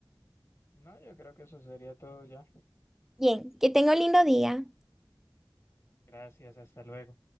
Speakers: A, on the left; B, in the centre.
A: no, yo creo que eso sería todo ya.
B: Bien, que tenga un lindo día.
A: Gracias, hasta luego.